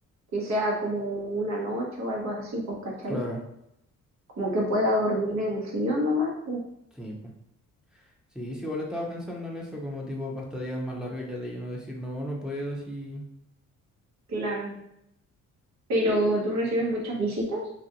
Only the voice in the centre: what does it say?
Claro,
sí, pues. Sí, sí, igual estaba pensando en eso como tipo pastadillas más largas ya de yo no decir no, no puedo, sí.